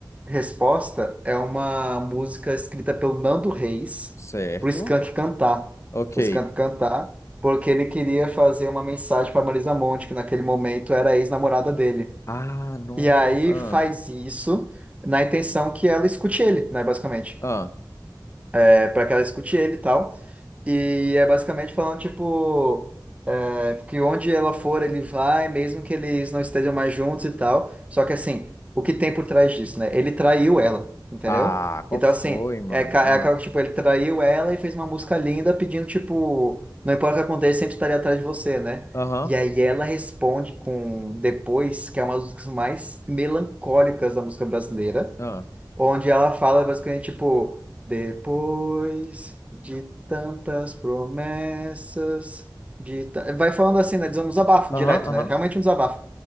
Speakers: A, on the right; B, on the left.
A: Resposta é uma música escrita pelo Nando Reis
B: Certo.
A: pro Skank cantar.
B: Ok.
A: O Skank cantar, porque ele queria fazer uma mensagem para Marisa Monte, que naquele momento era a ex-namorada dele.
B: Ah, nossa.
A: E aí faz isso na intenção que ela escute ele, né, basicamente
B: Ah, ah.
A: é, para que ela escute ele e tal. E é basicamente falando, tipo, é, que onde ela for, ele vai, mesmo que eles não estejam mais juntos e tal. Só que, assim, o que tem por trás disso, né? Ele traiu ela, entendeu?
B: Ah, qual
A: Então,
B: foi,
A: assim,
B: mano?
A: é, ca-
B: Ah,
A: é aquela que, tipo, ele traiu ela e fez uma música linda pedindo, tipo, não importa o que aconteça, sempre estarei atrás de você, né?
B: Aham,
A: E aí ela responde com Depois, que é uma das músicas mais melancólicas da música brasileira
B: ah,
A: onde ela fala basicamente tipo, depois de tantas promessas, de ta- vai falando assim, né? Diz um desabafo
B: aham,
A: direto,
B: aham.
A: né? Realmente um desabafo.